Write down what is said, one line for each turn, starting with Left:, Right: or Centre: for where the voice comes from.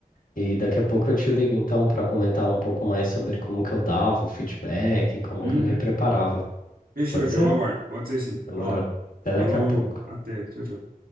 Left: E daqui a pouco eu te ligo então para comentar um pouco mais sobre como que eu dava o feedback, como
Right: Uhum.
Left: que eu me preparava.
Right: Fechou,
Left: Pode
Right: então,
Left: ser?
Right: eu aguardo. Pode ser sim.
Left: Demorou.
Right: Vai lá.
Left: Até daqui
Right: Falou,
Left: a pouco.
Right: até. Tchau, tchau.